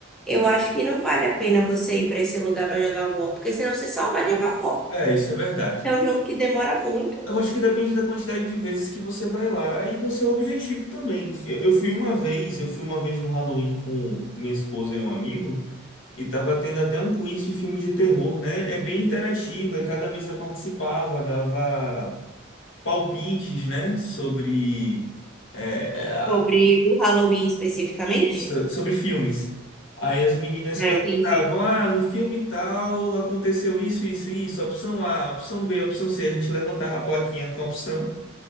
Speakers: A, in the centre; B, on the left.
A: Eu acho que não vale a pena você ir para esse lugar para jogar War, porque senão você só vai jogar War.
B: É, isso é verdade.
A: É um jogo que demora muito
B: Eu acho que depende da quantidade de vezes que você vai lá e do seu objetivo também. Eu, eu fui uma vez, eu fui uma vez no Halloween com, com minha esposa e um amigo, e tava tendo até um quiz de filmes de terror, né? É bem interativo, aí cada mesa participava, dava palpites, né? Sobre. É, é,
A: sobre o Halloween especificamente.
B: Isso, sobre filmes. Aí as meninas
A: Ah,
B: perguntavam:
A: entendi.
B: ah, no filme tal aconteceu isso, isso, isso, opção A, opção B, opção C. A gente levantava a plaquinha com a opção